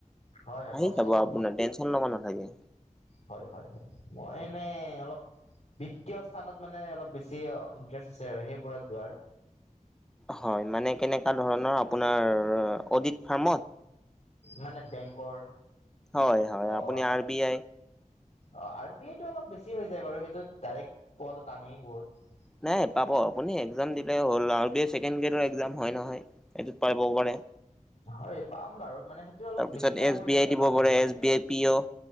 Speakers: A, on the left; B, in the centre.
A: হয় হয়
B: আহি
A: কষ্টটো
B: যাব আপোনাৰ টেনচন লব নালাগে।
A: হয়-হয়-হয়। মই এনেই অলপ বিত্তীয় স্থানত মানে অলপ বেছি ইণ্টাৰেষ্ট আছে আৰু সেইবোৰত যোৱাৰ।
B: হয়, মানে কেনেকুৱা ধৰণৰ আপোনাৰ অডিত ফাৰ্মত।
A: মানে বেংকৰ
B: হয় হয়
A: অ,
B: আপুনি আৰ বি আই
A: অঁহ আৰু আৰ বি আই টো অলপ বেছি হৈ যায় বাৰু সেইটো ডাৰেক পোৱাতো টানেই বহুত।
B: নাই পাব আপুনি একজাম দিলে হ'ল আৰ বি আই ছেকেণ্ড গ্ৰেডৰ একজাম হয় নহয়। এইটোত পাবও পাৰে।
A: হয়, পাম বাৰু মানে সেইটো অলপ
B: তাৰপিছত
A: বেছি টাফ
B: এছ
A: হৈ
B: বি
A: যায়
B: আই
A: ন
B: দিব
A: বাকীবোৰত
B: পাৰে এছ
A: কে।
B: বি আই পি অ'